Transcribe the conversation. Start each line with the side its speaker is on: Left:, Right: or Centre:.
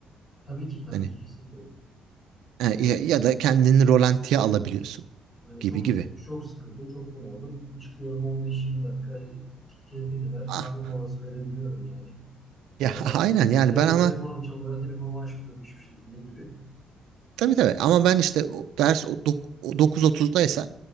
Left: Tabii ki tabii
Right: Hani
Left: ki hissediyorum.
Right: e, ya, ya da kendini rolantiye alabiliyorsun
Left: E,
Right: gibi
Left: çok
Right: gibi.
Left: sık- çok sıkıldım, çok bunaldım. Çıkıyorum 15-20 dakika keyfe kadar
Right: <laughs>
Left: kahve molası verebiliyorum yani.
Right: Ya
Left: Ya
Right: <laughs>
Left: da
Right: aynen yani
Left: tele-
Right: ben ama
Left: telefonum çalıyor, telefonumu açmıyorum hiçbir şekilde gibi.
Right: tabii tabii ama ben işte o ders o dok- o 9.30'daysa